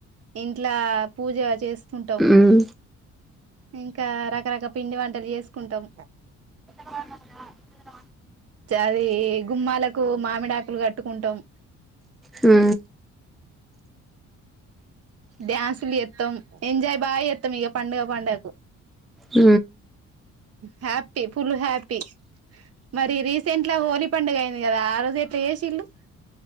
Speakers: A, on the right; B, in the centre.
A: ఇంట్లా పూజ చేస్తా ఉంటాము
B: ఉమ్
A: ఇంకా రకరక పిండి వంటలు చేసుకుంటాం
B: <inaudible>
A: అది గుమ్మాలకు మామిడా ఆకులు కట్టుకుంటాం
B: ఆ
A: డ్యాన్సులు ఎత్తాం ఎంజాయ్ బాగా ఎత్తాం ఇక పండుగ పడుగకు
B: అ
A: హ్యాఫ ఫుల్ హ్యాఫ మరి రీసెంట్ లా హోలీ పండుగ అయింది కదా ఆ రోజు ఎట్లా ఏసి ఇల్లు